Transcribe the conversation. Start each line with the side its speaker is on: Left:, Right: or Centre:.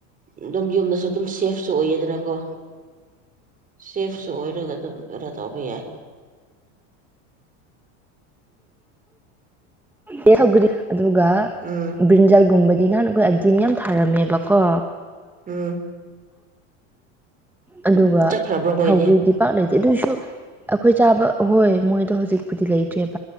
Right: ꯑꯗꯨꯝ ꯌꯨꯝꯗꯁꯨ ꯑꯗꯨꯝ ꯁꯦꯐꯁꯨ ꯑꯣꯏꯌꯦꯗꯅꯀꯣ ꯁꯦꯐꯁꯨ ꯑꯣꯏꯔꯒ ꯑꯗꯨꯝ ꯈꯔꯥ ꯇꯥꯎꯕꯤꯌꯥ
Centre: ꯑꯦ ꯁꯧꯒꯗꯤ ꯑꯗꯨꯒ
Right: ꯎꯝ
Centre: ꯭ꯔꯤꯟꯖꯜꯒꯨꯝꯕꯗꯤ ꯑꯗꯨ ꯊꯥꯔꯝꯃꯦꯕꯀꯣ
Right: ꯎꯝ
Centre: ꯑꯗꯨꯒ
Right: ꯆꯠꯈ꯭ꯔꯕ꯭ꯔꯣ ꯃꯣꯏꯗꯤ
Centre: ꯁꯧꯒ꯭ꯔꯤꯗꯤ ꯄꯥꯛ ꯂꯩꯇꯦ ꯑꯗꯨꯑꯣꯏꯁꯨ ꯑꯩꯈꯣꯏ ꯆꯥꯕ ꯍꯣꯏ ꯃꯣꯏꯗꯣ ꯍꯧꯖꯤꯛꯄꯨꯗꯤ ꯂꯩꯇ꯭ꯦꯕ